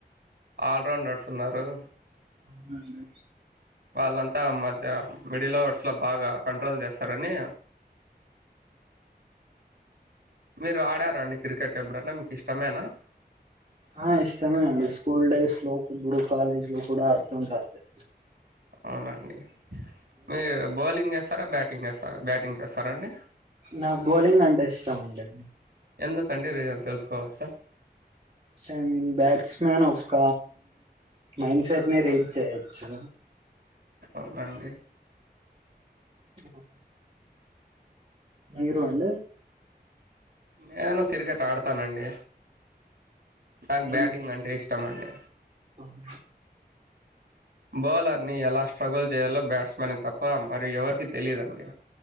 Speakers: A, on the right; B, on the right.
A: ఆల్ రౌండర్స్ నడుస్తున్నారు
B: అవునండి
A: వాళ్ళంతా మధ్య మిడిల్ ఓవర్స్లో బాగా కంట్రోల్ చేస్తారని మీరు ఆడారండి క్రికెట్ ఎప్పుడన్నా మీకు ఇష్టమేనా?
B: ఆ ఇష్టమే అండి స్కూల్ డేస్ లో ఇప్పుడు కాలేజ్ లో కూడా ఆడుతుంటానండి.
A: అవునండి మీరు బౌలింగ్ వేస్తారా, బ్యాటింగ్ వేస్తారా? అ బ్యాటింగ్ చేస్తరండి
B: నాకు బౌలింగ్ అంటే ఇష్టం అండి
A: ఎందు కండి రీజన్ తెలుసుకోవచ్చా?
B: ఐ మీన్ బ్యాట్స్ మన్ ఒక మైండ్ సెట్ ని రీడ్ చేయొచ్చు.
A: అవునాండి
B: అవునా మీరు అండి?
A: నేను క్రికెట్ ఆడతానండి. నాకు బ్యాటింగ్
B: ఏమి
A: అంటే ఇష్టం అండి.
B: ఇష్టం?
A: బౌలర్ ని ఎలా స్ట్రగుల్ చేయాలో బ్యాట్స్మన్ కి తప్ప మరి ఎవరికి తెలిదండి.